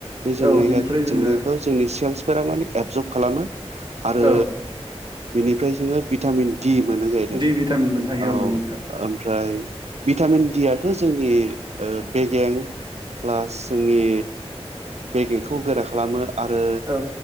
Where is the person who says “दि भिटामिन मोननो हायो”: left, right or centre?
Right